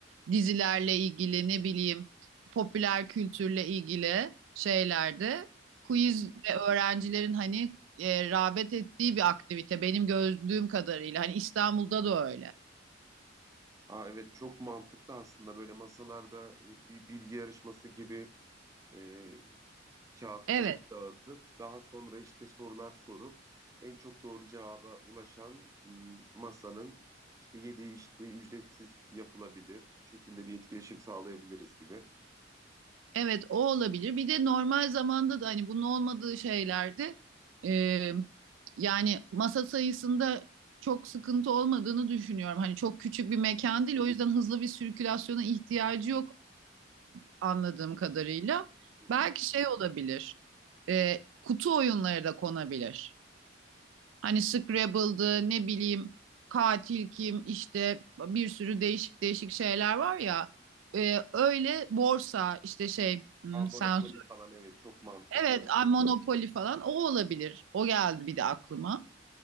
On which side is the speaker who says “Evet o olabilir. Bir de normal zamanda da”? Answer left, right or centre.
Right